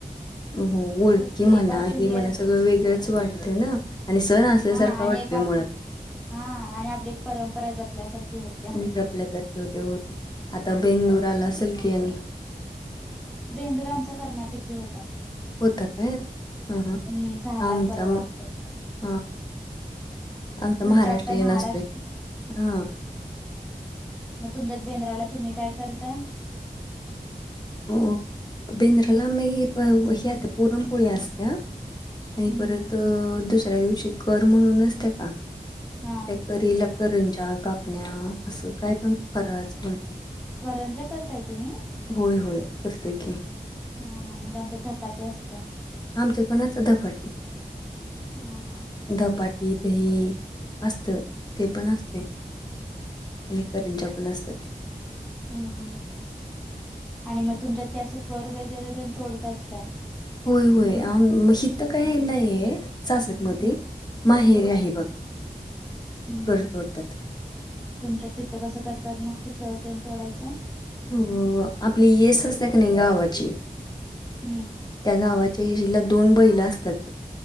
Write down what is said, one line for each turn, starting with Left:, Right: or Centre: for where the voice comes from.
Left: हो ओळखी
Centre: तेच की
Left: म्हणा
Centre: एक असं
Left: आहे
Centre: हे
Left: म्हणा सगळं वेगळंच वाटतं ना. आणि सण असल्यासारखा
Centre: हा आणि
Left: वाटतोय
Centre: एक आप
Left: मुळात.
Centre: हा आणि आपली एक परंपरा जपल्यासारखी होती.
Left: पल्या त होते होते आता बेलूर आला सलकी आणि.
Centre: बेंदूरा आमचा कर्नाटकी होता.
Left: होत का हां हां
Centre: हम्म झाला
Left: आमचाम
Centre: परवा
Left: हां.
Centre: आमचा
Left: आमता
Centre: तुमचा
Left: महाराष्ट्र
Centre: आता
Left: ये न
Centre: महाराष्ट्र
Left: असते हा.
Centre: मग तुमच्याच बेंद्राला तुम्ही काय करताय.
Left: हो बिंद्राला मी हे पुरणपोळी असते.
Centre: हम्म
Left: आणि परत
Centre: हम्म
Left: दुसऱ्या दिवशी कर म्हणूनच त्याका
Centre: हा
Left: त्याकरी लकरंजा कापण्या असं काय पण करायच बण
Centre: करंजा करताय तुम्ही.
Left: होय होय करतोय की.
Centre: हा म्हणजे आमच्या झधपाट्या असत्या.
Left: आमच्याचो ना सदा पाटील.
Centre: हा हा
Left: दपाटी दही असत ते पण असते. का करंच्या पण असतात.
Centre: हम्म हम् आणि मग तुमच्यात ते असं कर वगैरे ते तोडतात काय.
Left: होय होय मग श तर काय नाहीय सास.
Centre: हम्म
Left: मध्ये माहेर
Centre: हम्म हम्म
Left: आहे बघ
Centre: हम्म
Left: करतोडतात.
Centre: हम्म तुमच्यात तिथं कसं करतात मग ते कते तोडायचं.
Left: हो आपली येस असते का नाही गावाची.
Centre: हम्म
Left: त्या गावाच्या इशिला दोन बैला असतात